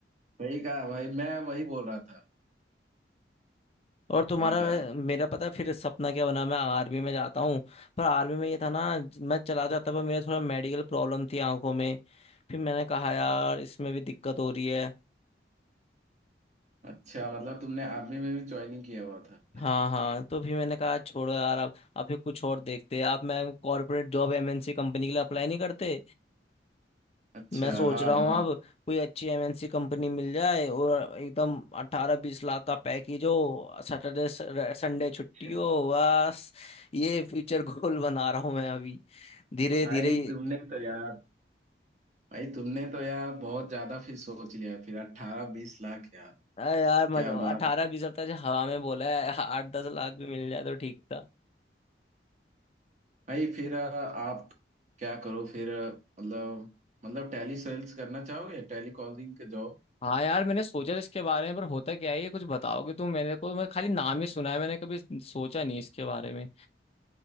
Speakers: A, on the right (about 40°); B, on the left (about 35°).
A: सही कहा भाई मैं वही बोल रहा था
B: और तुम्हारा
A: सही कहा
B: मेरा पता है फिर सपना क्या बना मैं आर्मी में जाता हूँ पर आर्मी में ये था ना मैं चला जाता पर मेरा थोड़ा मेडिकल प्रॉब्लम थी आंखों में फिर मैंने कहा यार इसमें भी दिक्कत हो रही है
A: अच्छा मतलब तुमने आर्मी में भी ज्वाइनिंग किया हुआ था क्या
B: हाँ हाँ तो फिर मैंने कहा छोड़ो यार अब अब फिर कुछ और देखते हैं आप मैं कॉर्पोरेट जॉब एमएनसी कंपनी के लिए अप्लाई नहीं करते
A: अच्छा
B: मैं सोच
A: हाँ
B: रहा हूँ
A: हाँ
B: अब कोई अच्छी एमएनसी कंपनी मिल जाए और एकदम अठारह बीस लाख का पैकेज हो सैटरडे संडे छुट्टी
A: अच्छा
B: हो बस ये फ्यूचर गोल बना रहा हूँ मैं अभी धीरे
A: भाई
B: धीरे
A: तुमने तो यार भाई तुमने तो यार बहुत ज्यादा फिर सोच लिया फिर अट्ठारह बीस लाख यार
B: अरे यार मजा
A: क्या बात
B: अठारह बीस हजार हवा में बोला है आठ दस लाख भी मिल जाए तो ठीक था
A: भाई फिर अ, आप क्या करो फिर अ, मतलब मतलब टैली सेल्स करना चाहोगे टैली कॉलिंग का जॉब
B: हाँ यार मैंने सोचा था इसके बारे में पर होता क्या है ये कुछ बताओगे तुम मेरे को मैं खाली नाम ही सुना है मैंने कभी सोचा नहीं इसके बारे में